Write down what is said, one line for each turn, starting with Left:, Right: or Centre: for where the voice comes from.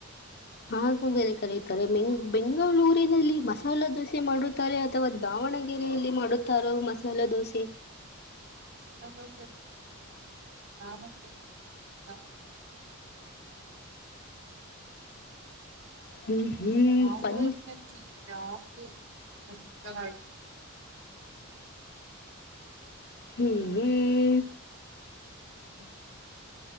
Left: ಆಗುಂಬೆಯಲ್ಲಿ ಕರೆಯುತ್ತಾರೆ ಮೆಂಗ ಬೆಂಗಳೂರಿನಲ್ಲಿ ಮಸಾಲಾ ದೋಸೆ ಮಾಡುತ್ತಾರೆ. <unintelligible> ಅಥವಾ ದಾವಣಗೆರೆಯಲ್ಲಿ ಮಾಡುತ್ತಾರೋ ಮಸಾಲೆ ದೋಸೆ. <unintelligible>
Right: ಹದ ಸರ್ ಆಾಮಂತ ಹಾ <unintelligible>
Left: ಹ್ಮ್ ಹ್ಮ್
Right: ಆಂಗೂರಿನಲ್ಲಿ
Left: ಪಂ
Right: ಯಾದು ಪ್ರಸಿದ್ಧವ <unintelligible>
Left: ಹ್ಮ...
Right: ಹ್ಮ <inaudible>